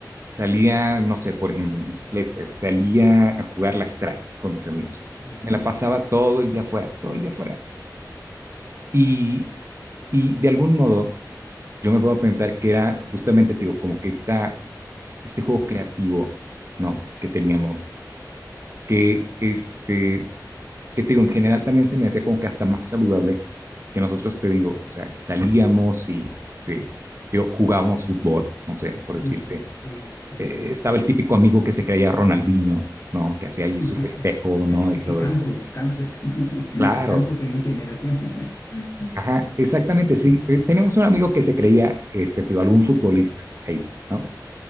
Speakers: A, on the right; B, on the left.
A: Salía, no sé, por ejemplo, en bicicleta. Salía a jugar las traes con mis amigos.
B: Ey,
A: Me la pasaba todo el día afuera, todo el día afuera. Y, y de algún modo. yo me puedo pensar que era justamente, te digo, como que esta, este juego creativo, ¿no? Que teníamos, que este, que te digo, en general también se me hacía como que hasta más saludable que nosotros, te digo, o sea, salíamos y este, te digo, jugábamos fútbol, no sé, por decirte.
B: mm, sí, sí, sí.
A: Eh, estaba el típico amigo que se creía Ronaldinho, ¿no? Que hacía
B: <laughs>
A: allí su festejo, ¿no? Y todo
B: Y Campos,
A: esto.
B: Campos, <laughs>
A: Claro,
B: Campos en mi generación. <laughs>
A: ajá, exactamente, sí. Eh, Teníamos un amigo que se creía, este, te digo, algún futbolista ahí, ¿no?